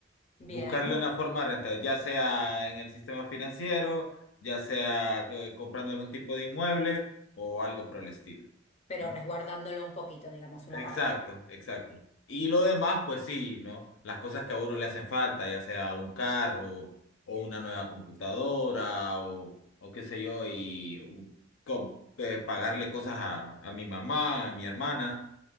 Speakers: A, on the left; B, on the left.
A: bien,
B: buscarle una forma rentable, ya sea en el sistema financiero, ya sea eh, comprando algún tipo de inmueble o algo por el estilo,
A: pero
B: ¿no?
A: resguardándolo un poquito, digamos, una
B: Exacto,
A: parte.
B: exacto. Y lo demás, pues sí, ¿no? Las cosas que a uno le hacen falta, ya sea un carro o una nueva computadora o, o qué sé yo, y u- com- eh, pagarle cosas a, a mi mamá, a mi hermana,